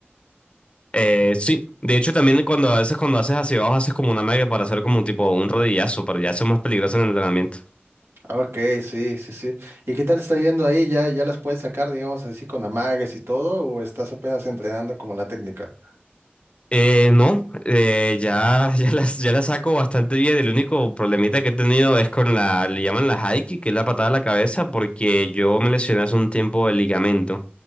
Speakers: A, on the left (about 30°); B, on the right (about 80°).
A: Eh, sí, de hecho también cuando a veces cuando haces hacia abajo haces como una magia para hacer como un tipo un rodillazo, pero ya eso es más peligroso en el entrenamiento.
B: Ah, Ok, sí, sí, sí. ¿Y qué tal está yendo ahí? ¿Ya, ya las puedes sacar, digamos así, con amagues y todo? ¿O estás apenas entrenando como la técnica?
A: Eh, no, eh, ya, <laughs> ya las, ya las saco bastante bien. El único problemita que he tenido es con la, le llaman la haiki, que es la patada a la cabeza, porque yo me lesioné hace un tiempo el ligamento.